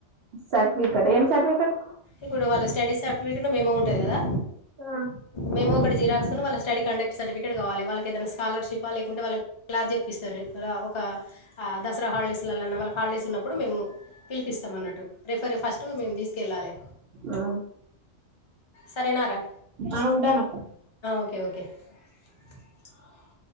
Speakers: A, on the right (about 65°); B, on the left (about 35°).
A: సర్టిఫికెట్ ఏం సర్టిఫికెట్
B: ఇప్పుడు వాళ్ళ స్టడీ సర్టిఫికేట్ మేము ఉంటది కదా
A: ఆ
B: మేమో ఒకటీ జీరాక్స్ వాళ్ళ స్టడీ కండక్ట్ సర్టిఫికేట్ కావాలి వాళ్ళకి ఏదైనా స్కాలర్షి లేకుంటే వాళ్ళకి క్లాస్ చెప్పిస్తారు ఒక దసరా హాలిడేస్ కి స్కూల్లలో వాళ్ళ హాలిడేస్ ఉన్నప్పుడు మము పిలిస్తామన్నట్టు రిఫరీ ఫస్ట్ మేము తీసుకెళ్ళాలే
A: ఆ
B: సరేనారా
A: ఆ ఉంటాను అక్క
B: ఓకే ఓకే ఏ ఆ